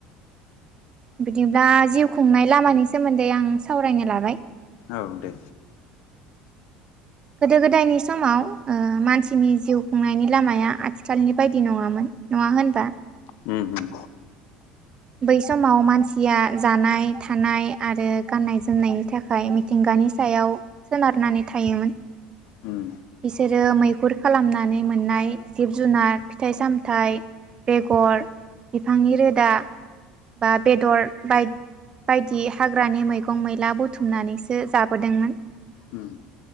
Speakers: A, on the right; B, on the left.
A: बिदिब्ला जिउ खुंनाय लामानि सोमोन दे आं सावरायनो लाबाय <inaudible>
B: औ दे
A: गोदो गोदायनि समाव ओह मानसिनि जिउ खुंनायनि लामाया आथिखालनि बायदि नङामोन नङा होनबा?
B: होम होम
A: बै समाव मानसिया जानाय थानाय आरो गाननाय जोमनायनि थाखाय मिथिंगा हानि सायाव सोनारनानै थायोमोन
B: ओम
A: बिसोरो मैहुर खालामनानै मोननाय जिब जुनार फिथाइ सामथाइ बेगर बिफांनि रोदा बा बेदर बाय बायदि हाग्रानि मैगं मैला बुथुमनानैसो जाबोदोंमोन
B: ओम